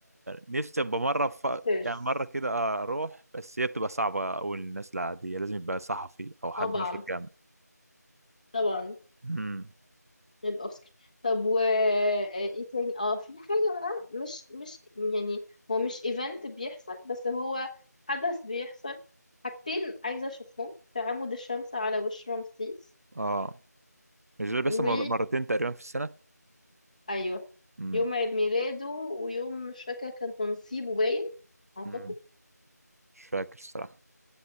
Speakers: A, on the right; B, on the left.
A: نفسي ابقى مره ف...
B: سيرس
A: يعني مره كده آه، اروح بس هي بتبقى صعبه قوي للناس العاديه لازم يبقى صحفي او حد
B: طبعا
A: مشهور جامد
B: طبعا
A: امم
B: للأوسكار طب و آه، ايه تاني اه في حاجة بقى مش مش يعني هو مش ايفنت بيحصل بس هو حدث بيحصل حاجتين عايزة اشوفهم تعامد الشمس على وش رمسيس
A: اه مش ده اللي بيحصل
B: و
A: مرتين تقريبا في السنه
B: ايوه
A: امم
B: يوم عيد ميلاده ويوم مش فاكرة كان تنصيبه باين اعتقد
A: امم مش فاكر الصراحة